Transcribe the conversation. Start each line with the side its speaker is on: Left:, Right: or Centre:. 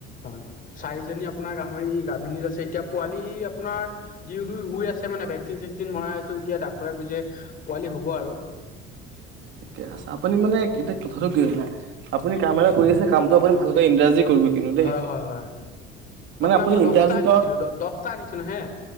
Left: হয় চাৰিজনী আপোনাৰ গাহৰি গাভিনীত আছে এতিয়া। পোৱালি আপোনাৰ দিও দু শুই আছে মানে ভেকচিন চেকচিন মৰাই আছো এতিয়া ডাক্তৰে কৈছে পোৱালি হব আৰু।
Right: ঠিকে আছে আপুনি মানে এতিয়া কথাটো কি হয় নাই আপুনি কাম এটা কৰি আছে কামটো আপুনি ভালকৈ ইংৰাজী কৰিব কিনো দেই।
Left: হয় হয় হয়
Right: মানে
Left: আপোনাৰ
Right: আপুনি
Left: মই
Right: ইংৰাজী
Left: দছটা আনিছিলো
Right: কৰক
Left: দছটা আনিছিলো হে